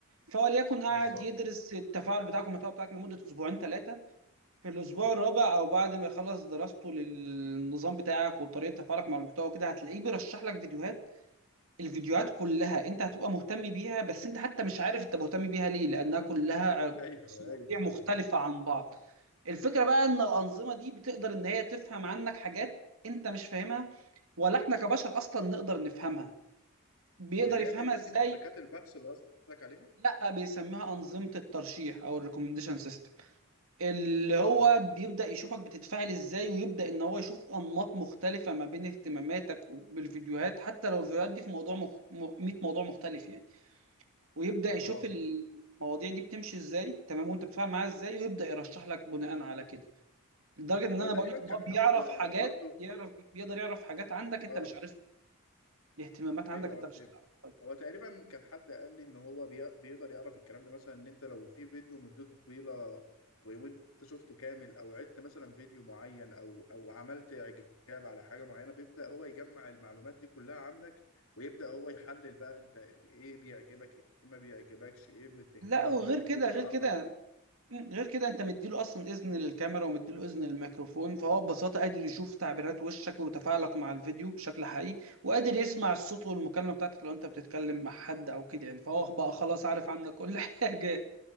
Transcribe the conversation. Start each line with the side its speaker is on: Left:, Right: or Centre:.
Right: فهو ليكن قاعد
Left: بالظبط
Right: يدرس التفاعل بتاعك والمحتوى بتاعك لمدة أسبوعين ثلاثة في الأسبوع الرابع أو بعد ما يخلص دراسته للنظام بتاعك وطريقة تفاعلك مع المحتوى كده هتلاقيه بيرشح لك فيديوهات الفيديوهات كلها أنت هتبقى مهتم بيها بس أنت حتى مش عارف أنت مهتم بيها ليه لأنها كلها
Left: ايوه
Right: مواضيع
Left: ايوه
Right: مختلفة
Left: ايوه
Right: عن بعض الفكرة بقى إن الأنظمة دي بتقدر إن هي تفهم عنك حاجات أنت مش فاهمها ولا إحنا كبشر أصلا نقدر نفهمها بيقدر
Left: اللي
Right: يفهمها
Left: هي تقريبا
Right: إزاي؟
Left: دي محركات البحث اللي قصدك عليها
Right: لأ بيسميها أنظمة الترشيح أو الريكومنديشن سيستم اللي هو
Left: تمام
Right: بيبدأ يشوفك بتتفاعل ازاي ويبدأ ان هو يشوف انماط مختلفة ما بين اهتماماتك وبالفيديوهات حتى لو الفيديوهات دي في موضوع مخ... م- 100 موضوع مختلف يعني ويبدأ يشوف
Left: اه
Right: المواضيع دي بتمشي ازاي تمام وانت بتتفاعل معاها ازاي ويبدأ يرشح لك بناء على كده لدرجة ان
Left: اه
Right: انا
Left: تقريبا
Right: بقول لك ان
Left: كان
Right: هو بيعرف
Left: حد
Right: حاجات
Left: برضو
Right: يعرف بيقدر يعرف حاجات عندك انت
Left: اه
Right: مش عارفها اهتمامات عندك
Left: ايوه
Right: انت
Left: آه، فهمت
Right: مش هتعرفها
Left: هو تقريبا كان حد قال لي ان هو بي- بيقدر يعرف الكلام ده مثلا ان انت لو في فيديو مدته طويله و- وانت شفته كامل او عدت مثلا فيديو معين او او عملت اعجاب على حاجه معينه بيبدا هو يجمع المعلومات دي كلها عنك ويبدا هو يحلل بقى انت ايه بيعجبك ايه ما بيعجبكش ايه بتهتم
Right: لا وغير
Left: بيه
Right: كده
Left: ايه بتعلق
Right: غير كده مم، غير كده انت مديله اصلا اذن للكاميرا ومديله اذن للميكروفون فهو ببساطه قادر يشوف تعبيرات وشك وتفاعلك مع الفيديو بشكل حقيقي وقادر يسمع الصوت والمكالمه بتاعتك لو انت بتتكلم مع حد او كده يعني فهو بقى خلاص عارف عنك كل <laughs> حاجه